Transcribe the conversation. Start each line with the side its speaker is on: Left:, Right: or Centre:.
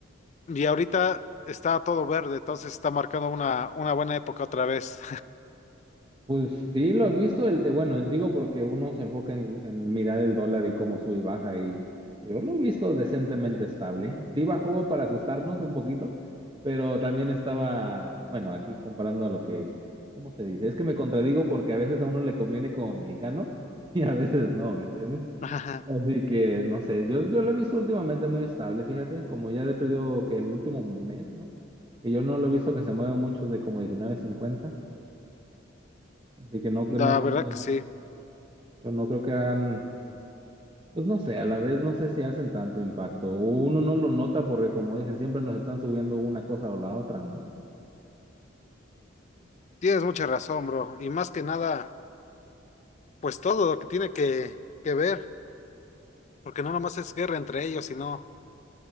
Left: Y ahorita está todo verde, entonces está marcando una, una buena época otra vez.
Right: Pues sí, lo he visto. El, eh, bueno, digo porque uno se enfoca en, en mirar el dólar y cómo sube y baja y yo lo he visto decentemente estable. Sí bajó para asustarnos un poquito, pero también estaba, bueno, aquí comparando a lo que, ¿cómo se dice? Es que me contradigo porque a veces a uno le conviene como mexicano <laughs> y a veces no, ¿me entiendes?
Left: <laughs> Ajá,
Right: Así que no sé, yo, yo lo he visto últimamente muy estable, fíjate, como ya he perdido que el último mes, ¿no? Y yo no lo he visto que se mueva mucho de como diecinueve cincuenta Así que no,
Left: La
Right: que- no, creo
Left: verdad
Right: que-
Left: que sí.
Right: pero no creo que hagan, pues no sé, a la vez no sé si hacen tanto impacto. Uno no lo nota porque como dicen, siempre nos están subiendo una cosa o la otra, ¿no?
Left: Tienes mucha razón, bro. Y más que nada, pues todo lo que tiene que, que ver, porque no nomás es guerra entre ellos, sino